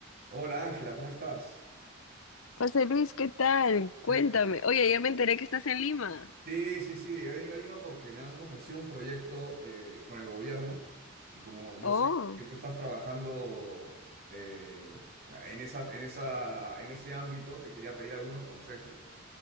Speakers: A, on the right; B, on the left.
A: Hola Ángela, ¿cómo estás?
B: José Luis, ¿qué tal? Cuéntame.
A: ¿Qué tal?
B: Oye, ya me enteré que estás en Lima.
A: Sí, sí, sí, he venido a Lima porque me han ofrecido un proyecto eh, con el gobierno y como yo
B: Oh,
A: sé que tú estás trabajando eh, en esa, en esa, en ese ámbito, te quería pedir algunos consejos.